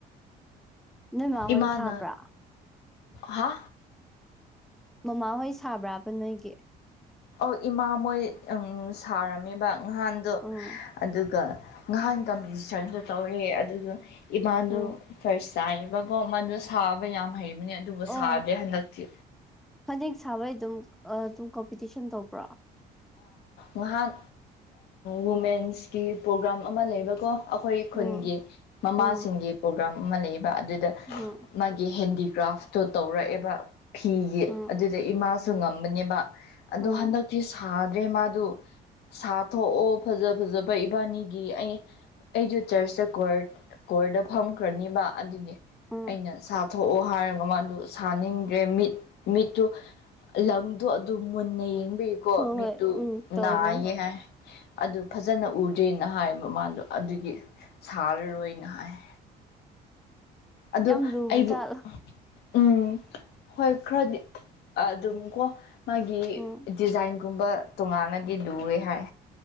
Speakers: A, in the centre; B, on the left.
A: ꯅꯣꯏ ꯃꯥꯍꯣꯏ
B: ꯏꯃꯥꯅꯥ
A: ꯁꯥꯕ꯭ꯔꯥ
B: ꯍꯥ
A: ꯃꯃꯥꯍꯣꯏ ꯁꯥꯕ꯭ꯔꯥꯕ ꯅꯣꯏꯒꯤ
B: ꯑꯧ ꯏꯃꯥ ꯃꯣꯏ ꯁꯥꯔꯝꯃꯤꯕ ꯉꯍꯥꯟꯗꯣ
A: ꯎꯝ
B: ꯑꯗꯨ ꯉꯍꯥꯟ ꯀꯝꯄꯤꯇꯤꯁꯟꯁꯨ ꯇꯧꯋꯦ ꯑꯗꯨꯒ ꯏꯃꯥꯗꯣ
A: ꯎꯝ
B: ꯐꯥꯔꯁ ꯆꯥꯏꯔꯤꯕꯀꯣ ꯃꯗꯨ ꯁꯥꯕ ꯌꯥꯝ ꯍꯩꯕꯅꯦ ꯑꯗꯨꯕꯨ
A: ꯑꯣ
B: ꯁꯥꯗꯔꯦ ꯍꯟꯗꯛꯇꯤ
A: ꯐꯅꯦꯛ ꯁꯥꯕꯩ ꯑꯗꯨꯝ ꯑꯗꯨꯝ ꯀꯝꯄꯤꯇꯤꯁꯟ ꯇꯧꯕ꯭ꯔꯣ
B: ꯉꯍꯥꯟ ꯋꯨꯃꯦꯟꯁꯀꯤ ꯄ꯭ꯔꯣꯒ꯭ꯔꯥꯝ ꯑꯃ ꯂꯩꯕꯀꯣ ꯑꯩꯈꯣꯏ ꯈꯨꯟꯒꯤ
A: ꯎꯝ
B: ꯃꯃꯥꯁꯤꯡꯒꯤ
A: ꯎꯝ
B: ꯄ꯭ꯔꯣꯒ꯭ꯔꯥꯝ ꯑꯃ ꯂꯩꯕ ꯑꯗꯨꯗ
A: ꯎꯝ
B: ꯃꯥꯒꯤ ꯍꯦꯟꯗꯤꯀ꯭ꯔꯥꯐ ꯇꯣ ꯇꯧꯔꯛꯑꯦꯕ ꯐꯤꯒꯤ
A: ꯎꯝ
B: ꯑꯗꯨꯗ ꯏꯃꯥꯁꯨ ꯉꯝꯕꯅꯦꯕ ꯑꯗꯣ
A: ꯎꯝ
B: ꯍꯟꯗꯛꯇꯤ ꯁꯥꯗ꯭ꯔꯦ ꯃꯥꯗꯨ ꯁꯥꯊꯣꯛꯑꯣ ꯐꯖ ꯐꯖꯕ ꯏꯕꯥꯅꯤꯒꯤ ꯑꯩ ꯑꯩꯁꯨ ꯆꯔꯁꯇ ꯀꯣꯔꯠ ꯀꯣꯔꯠꯗ ꯐꯝꯈ꯭ꯔꯅꯤꯕ ꯑꯗꯨꯅꯤ
A: ꯎꯝ
B: ꯑꯩꯅ ꯁꯥꯊꯣꯛꯑꯣ ꯍꯥꯏꯔꯒ ꯃꯥꯗꯨ ꯁꯥꯅꯤꯡꯗ꯭ꯔꯦ ꯃꯤꯠ ꯃꯤꯠꯇꯨ ꯂꯪꯗꯣ ꯑꯗꯨꯝ ꯃꯨꯟꯅ ꯌꯦꯡꯕꯤꯌꯤꯀꯣ
A: ꯍꯣꯏ
B: ꯃꯤꯠꯇꯨ
A: ꯍꯣꯏ ꯎꯝ ꯇꯧꯕꯅꯦ
B: ꯅꯥꯏꯌꯦ ꯍꯥꯏ ꯑꯗꯨ ꯐꯖꯅ ꯎꯗ꯭ꯔꯦꯅ ꯍꯥꯏꯕ ꯃꯥꯗꯣ ꯑꯗꯨꯒꯤ ꯁꯥꯔꯔꯣꯏꯅ ꯍꯥꯏ ꯑꯗꯨ
A: ꯌꯥꯝ ꯂꯨꯕ
B: ꯑꯩꯕꯨ
A: ꯖꯥꯠꯂꯥ
B: ꯎꯝ ꯍꯣꯏ ꯈ꯭ꯔꯗꯤ ꯑꯗꯨꯝ ꯀꯣ ꯃꯥꯒꯤ
A: ꯎꯝ
B: ꯗꯤꯖꯥꯏꯟꯒꯨꯝꯕ ꯇꯣꯉꯥꯟꯅꯒꯤ ꯂꯨꯋꯦ ꯍꯥꯏ